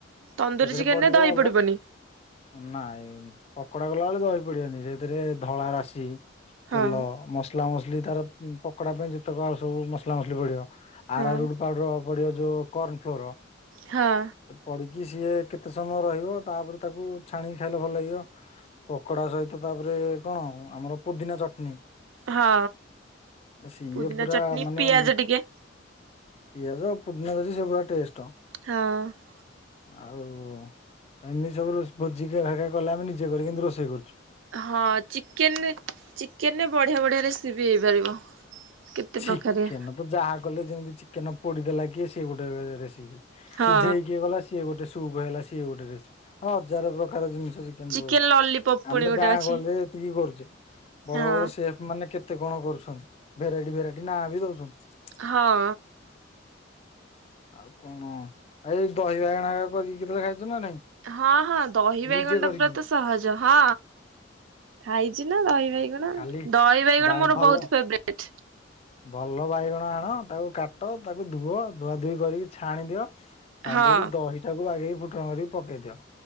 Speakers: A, on the right; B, on the left.
A: ତନ୍ଦୁରୀ
B: ସେଥିରେ
A: ଚିକେନରେ
B: ପଡିବ
A: ଦହି
B: ଅଲ
A: ପଡିବନି
B: ନାଇଁ ପକୋଡା ଗଲା ବେଳେ ଦହି ପଡିବନି ସେଥିରେ ଧଳା ରାଶି
A: ହଁ।
B: ତେଲ ମସଲା ମସଲି ତାର ପକୋଡା ପାଇଁ ଯେତେକ ଆଉ ସବୁ ମସଲା ମସଲି ପଡିବ। ଆରାରୁଡ
A: ହଁ
B: ପାଉଡର ପଡିବ ଯୋଉ କର୍ଣ୍ଣଫ୍ଲୋର।
A: ହଁ।
B: ପଢିକି ସିଏ କେତେ ସମୟ ରହିବ ତାପରେ ତାକୁ ଛାଣିକି ଖାଇଲେ ଭଲ ଲାଗିବ। ପକୋଡା ସହିତ ତାପରେ କଣ ଆମର ପୋଦିନା ଚଟଣି।
A: ହଁ
B: ସିଇଏ
A: ପୁଦିନା
B: ପୁରା
A: ଚଟଣି
B: ମାନେ
A: ପିଆଜ ଟିକେ
B: ପିଆଜ ଆଉ ପୁଦିନା <unintelligible> ସେ ପୁରା ଟେଷ୍ଟ।
A: ହଁ।
B: ଆଉ ଏମିତି ସବୁ <unintelligible> କଲେ ଆମେ ନିଜେ କରିକି ଏ ମିତି ରୋଷେଇ କରଛୁ।
A: ହଁ ଚିକେନ ଚିକେନରେ ବଢିଆ ବଢିଆ ରେସିପି ହେଇପାରିବ। କେତେ
B: ଚିକେନ
A: ପ୍ରକାରିଆ
B: ତ ଯାହା କଲେ ଯେମିତି ଚିକେନ ପୋଡି ଦେଲା କିଏ ସେ ଗୋଟେ ରେସିପି।
A: ହଁ
B: ସିଝେଇକିଏ ଗଲା ସିଏ ଗୋଟେ ସୁପ୍ ହେଲା ସିଏ ଗୋଟେ ରେସିପି ହଜାର ପ୍ରକାର ଜିନିଷ <unintelligible>
A: ଚିକେନ ଲଲିପପ୍ ପୁଣି
B: ଆମେ
A: ଗୋଟେ
B: ଗାଁ
A: ଅଛି
B: ଗଲେ କି କରୁଛି ବଡ
A: ହଁ
B: ବଡ ସେଫ୍ ମାନେ କେତେ କଣ କରୁଛନ୍ତି ଭେରାଇଟ୍। ଭେରାଇଟି ନା ବି ଦଉଛନ୍ତି।
A: ହଁ।
B: ଆଉ କଣ ଏ ଦହି ବାଇଗଣ ହା କରିକି କେତେବେଳେ ଖାଇଛ ନା ନାଇଁ?
A: ହଁ ହଁ ଦହି
B: ନିଜେ
A: ବାଇଗଣଟା
B: କରିକି
A: ପୁରା ତ ସହଜ ହଁ। ଖାଇଛି ନା ଦହି ବାଇଗଣ
B: କାଲି
A: ଦହି ବାଇଗଣ
B: ବା
A: ମୋର
B: ଭଲ
A: ବହୁତ ଫେବରେଟ।
B: ଭଲ ବାଇଗଣ ଆଣ ତାକୁ କାଟ ତାକୁ ଧୁଅ ଧୁଆ ଧୁଇ କରିକି ଛାଣି ଦିଅ। ଛାଣି
A: ହଁ
B: ଦେଇକି ଦହିଟାକୁ ଆଗେଇ ଫୁଟଣ କରିକି ପକେଇ ଦିଅ।